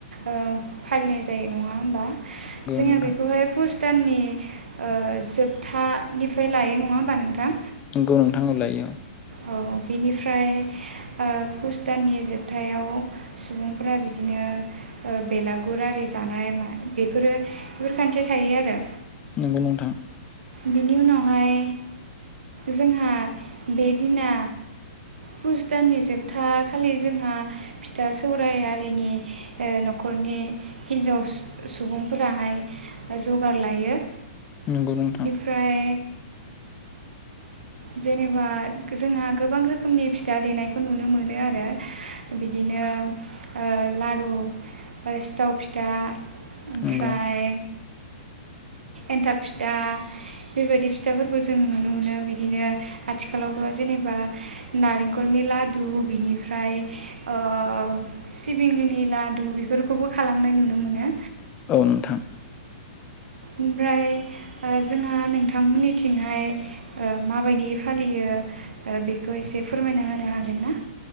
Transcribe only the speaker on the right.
ओ फालिनाय जायो नङा होमबा जोंहा
बेखौ बेहाय पुस दाननि ओ जोबथानिफ्राय लायो नङा होमबा नोंथां
औ बिनिफ्राय ओ पुस दाननि जोबथायाव सुबुंफोरा बिदिनो ओ बेलागुर आरि जानाय बेफोरो बेफोर खान्थि थायो आरो
बिनि उनावहाय जोंहा बे दिना पुस दाननि जोबथा खालि जोंहा फिथा सौराय आरिनि ओ न'खरनि हिन्जाव सु सुबुंफोराहाय ओ जगार लायो
ओमफ्राय जेनेबा जोंहा गोबां रोखोमनि फिथा देनायखौ नुनो मोनो आरो बिदिनो ओ लारु ओ सिथाव फिथा ओमफ्राय
एन्थाब फिथा बेफोरबायदि फिथाफोरखौ जों नुनो मोनो बिदिनो आथिखालावथ' जेनेबा नारेंखलनि लादु बिनिफ्राय ओ सिबिंनि लादु बेफोरखौबो खालामनाय नुनो मोनो।
ओमफ्राय ओ जोंहा नोंथांमोननिथिंहाय ओ माबायदियै फालियो ओ बेखौ एसे फोरमायना होनो हागोन ना?